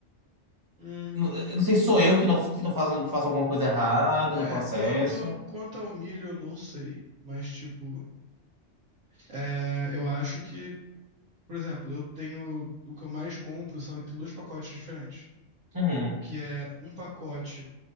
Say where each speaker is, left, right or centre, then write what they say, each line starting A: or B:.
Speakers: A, on the right; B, on the right.
A: Hum.
B: Não- Eu não sei se sou eu que não que tô fazendo, que faço alguma coisa errada
A: É,
B: no processo.
A: quanto, quanto ao milho eu não sei, mas tipo, é, eu acho que, por exemplo, eu tenho, o que eu mais compro são, tem dois pacotes diferentes,
B: Uhum,
A: que é um pacote